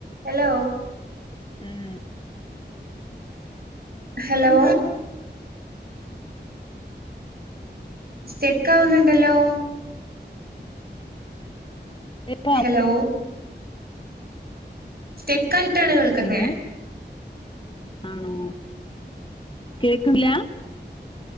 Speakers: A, on the right; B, on the left.
A: Hello
B: ആഹ്
A: hello സ്റ്റെക്കാവുന്നുണ്ടല്ലോ
B: കേക്കാവോ
A: ഹലോ സ്റ്റെക്കായിട്ടാണ് കേൾക്കുന്നെ
B: ഹലോ ആണോ കേക്ക്ണ്ല്ല